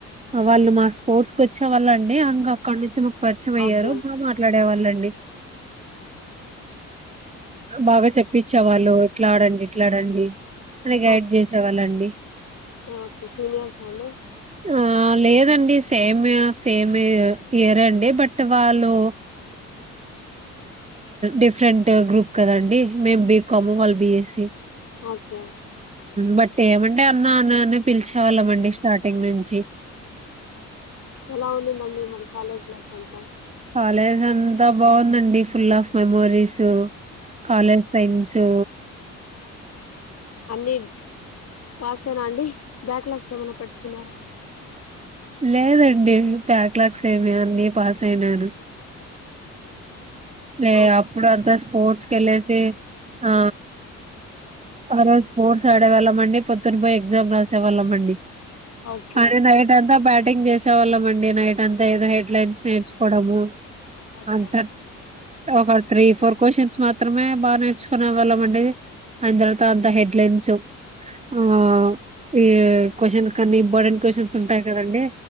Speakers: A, on the right; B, on the left.
A: వాళ్ళు మా స్పోర్ట్స్ కి వచ్చే వాళ్ళు అండి మాకు అక్కడ నుంచి మాకు పరిచయం అయ్యారు
B: ఓకే
A: బాగా మాట్లాడే వాళ్ళండి. బాగా చెప్పిచ్చే వాళ్ళు ఇట్లా ఆడండి ఇట్లా ఆడండి బానే గైడ్
B: ఓకే
A: చేసేవాళ్ళండి
B: ఓకే సీనియర్స్ అండి
A: ఆ లేదండి సేమ్ సేమ్ ఇయర్ అండి బట్ వాళ్ళు డిఫరెంట్ గ్రూప్ కాదండి మేము బీకాము వాళ్ళ బి ఏసి
B: ఓకే
A: బట్ ఏమంటే అన్న అన్న అన్న పిలిచి చాలమండి స్టార్టింగ్ నుంచి
B: ఎలా ఉన్నది మరి కాలేజ్ లైఫ్ అంత
A: కాలేజ్ అంతా బాగుందండి full of memories college friends.
B: అన్ని. పాసే నా అండి బ్యాక్ లాగ్స్ ఏమైనా పెట్టుకున్నారా.
A: లేదండి బ్యాక్ లాగ్స్ ఏమి అన్నీ పాస్ అయినాను. ఏ
B: ఓ
A: అప్పుడు అడ్రస్ స్పోర్ట్స్ ఎల్లేసి ఆ ఆ రోజు స్పోర్ట్స్ ఆడేవాళ్ళం అండి. పొద్దున్న పోయి ఎక్సమ్ రాసి. వాళ్ళమండి
B: ఓకే
A: అనీ నైట్ అంతా బ్యాట్. టింగ్ చేసేవాళ్ళం అండి నైట్ అంత. ఏదో హెడ్లైన్స్ నేర్చుకోవడము
B: ఓకే
A: అంత. ఒక త్రీ ఫోర్ క్వశ్చన్స్ మాత్రమే బాగా నేర్చుకునే వాళ్ళం అండి ఆయన తర్వాత అంత హెడ్లైన్స్ ఆ ఈ క్వశ్చన్స్ అన్ని ఇంపార్టెంట్ క్వ్చన్స్ ఉంటాయి కాదండి.